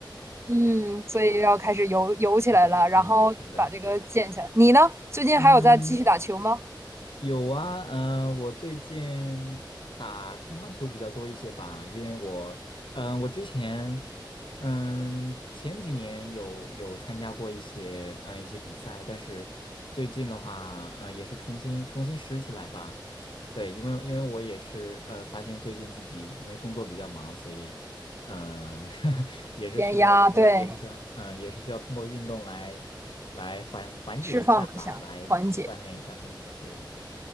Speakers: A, on the right; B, on the left.
A: 嗯，所以要开始游游起来了，
B: <laughs> 是的，
A: 然后把这个减下来。
B: 嗯，是的，
A: 你呢？最近还有在继续打球吗？
B: 嗯，有啊，嗯、我最近打乒乓球比较多一些吧，因为我，嗯、我之前，嗯、前几年有有参加过一些，嗯、一些比赛，但是最近的话，嗯、也是重新重新拾起来吧。对，因为因为我也是，呃，发现最近自己因为工作比较忙，所以，嗯、<laughs> 也是需要通过，
A: 减压，对，
B: 也是想，嗯、也是需要通过运动来来缓缓解一下吧，
A: 释放一下，
B: 来锻炼一下身体。
A: 缓解。
B: 对对对。